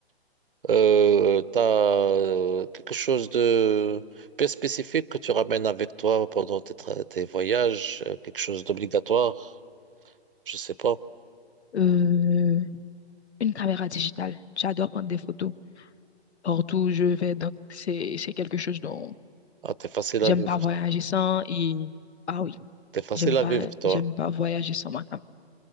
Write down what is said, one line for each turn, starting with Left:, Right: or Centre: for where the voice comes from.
Right: Euh, t'as euh, quelque chose de bien spécifique que tu ramènes avec toi pendant tes, tra- tes voyages, euh, quelque chose d'obligatoire, je sais pas.
Left: Euh, une caméra digitale. J'adore prendre des photos partout où je vais. Donc, c'est, c'est quelque chose dont
Right: Ah, t'es facile
Left: j'aime
Right: à vivre,
Left: pas voyager sans. Et ah oui,
Right: t'es facile
Left: j'aime pas,
Right: à vivre, toi.
Left: j'aime pas voyager sans ma caméra.